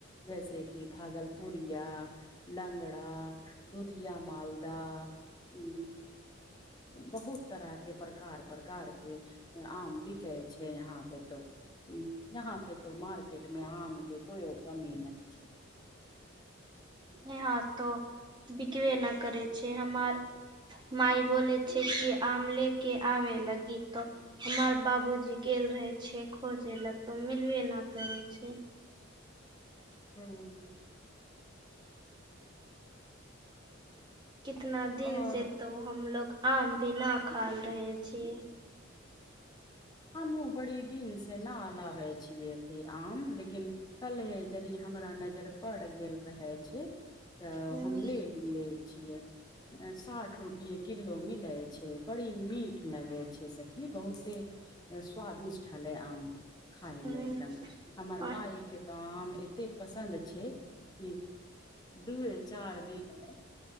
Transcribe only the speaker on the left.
जैसे कि भागलपुरिया लंगड़ा दुधिया मालदाह उ बहुत तरह के प्रकार प्रकार के आम बिकै छै यहाँ पे तो यहाँ पे तो मार्केट मे आम के कोयो कमी नहि छै
हूँ
और
हमू बड़ी दिन से न लबै छियै आम लेकिन कलहे यद हमरा नजर पड़ गेल रहे छै तऽ
हम लेले <unintelligible> साठ रुपे किलो मिले छै बड़ी मीठ लगे छै सखी बहुत एते स्वादिष्ट हले आम खाय मे
एकदम हमर
माय के तऽ आम एते पसन्द छै कि दूए चार दिन मे